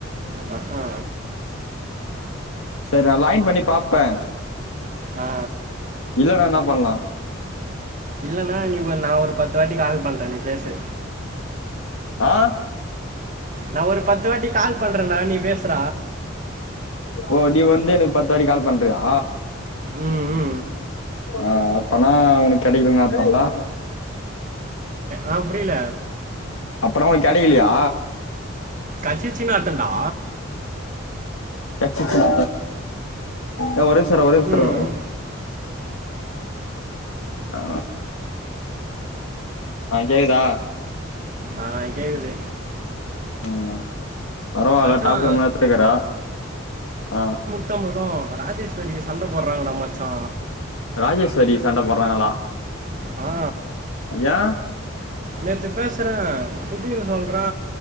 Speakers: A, on the right; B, on the left.
A: ஆ அ
B: சரி நா லைன் பண்ணி பாப்பே
A: ஆ
B: இல்லண்ணா என்ன பண்ணலா
A: இல்லன்னா நீ நா ஒரு பத்து வாட்டி கால் பண்றேன் நீ பேசு
B: ஆ
A: நா ஒரு பத்து வாட்டி கால் பண்றேண் டா நீ பேசுறா
B: ஓ நீ வந்து எனக்கு பத்துவாட்டி கால் பண்றியா
A: உம் உம்
B: ஆ அப்பனா உனக்கு கிடைக்கலன்னு அர்த்தம்லா
A: ஆ புரியல
B: அப்பனா உனக்கு கிடைக்கலையா
A: கடசிச்சின் அர்த்தம்டா
B: கடசிச்சின் ஏ ஒரு நிமிஷம் இருடா ஒரு நிமிஷம்
A: ம்
B: ஆ ஆ கேக்குதா
A: ஆ கேக்குது
B: ஆ பரவால்ல
A: மச்சான்
B: டாப்கண் எடுத்துருக்காரா ஆ
A: முத்தமிளும் ராஜேஸ்வரி சண்ட போடுறாங்கடா மச்சா
B: ராஜேஸ்வரி சண்ட போடுறாங்களா
A: ஆ
B: ஏ
A: நேத்து பேசுற புதின் சொல்றா